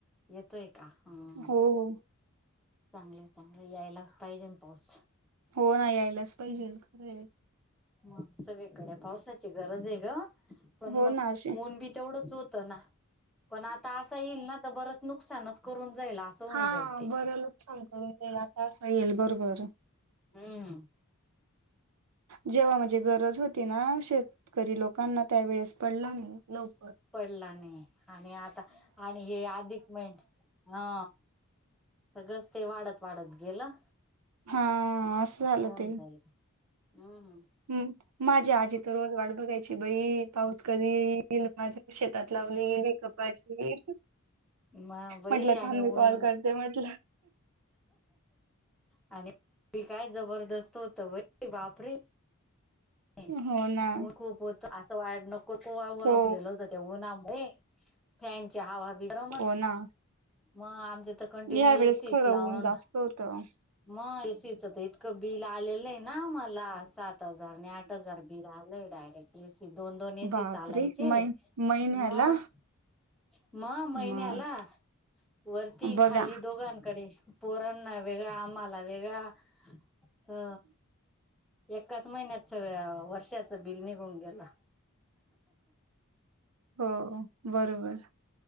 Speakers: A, in the centre; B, on the right.
A: येतोय का? हं.
B: हो हो.
A: चांगले चांगले यायला पाहिजेन पाऊस.
B: हो ना यायलाच पाहिजेल खरंय.
A: मग सगळीकडे पावसाची गरज आहे गं पण
B: हो
A: मग
B: ना असे
A: ऊन बी तेवढंच होत तना पण आता अस येईल ना तर बरच नुकसानच करून जाईल असं होऊन
B: हा
A: जाईल ते
B: बर लोक सांग <unintelligible> आता असं येईल, बरोबर.
A: हम्म.
B: जेव्हा म्हणजे गरज होती ना शेतकरी लोकांना, त्यावेेळेस पडला नाही. लवकर.
A: पडला नाही, आणि आता आणि हे अधिक म्हहि हा सगळंच ते वाढत वाढत गेलं.
B: हा असं झालं
A: होऊन
B: ते.
A: जाईल हम्म हम्म.
B: हम्म माझी आजी तर रोज वाट बघायची बाई, पाऊस कधी लेली माझी शेतात लावली गेली कपाशी
A: मग बाई
B: म्हटलं थांबी
A: आणि ऊन
B: कॉल करते म्हटलं.
A: आणि काय जबरदस्त होतं, वय बापरे. ऊन
B: हो ना
A: खूप होतं असं वाट नको <unintelligible>
B: हो
A: गेलं होत ते ऊनामुळे. फॅनच्या हवा बी गरमच
B: हो ना
A: मग आमच त कंटिन्यू
B: या वेळेस
A: एसीत
B: खरं
A: लावन
B: ऊन जास्त होतं.
A: म तीचं ते इतकं बिल आलेलं आहे ना मला, सात हजार आणि आठ हजार बिल आलंय. डायरेक्ट एसी दोन दोन एसी
B: बापरे
A: चालायचे.
B: मै महिन्याला
A: मग? म महिन्याला
B: मग
A: वरती
B: बघा
A: खाली दोघांकडे. पोरांना वेगळा आम्हाला वेगळा अ एकाच महिन्यात सगळ्या वर्षाचं बिल निघून गेलं.
B: हो बरोबर.